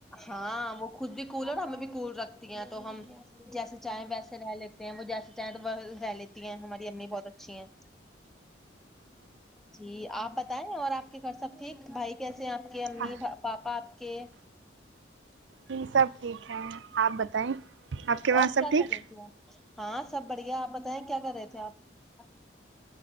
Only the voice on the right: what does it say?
ہاں
ج سب ٹھیک ہے آپ بتائیں آپ کے وہاں
سب
ٹھیک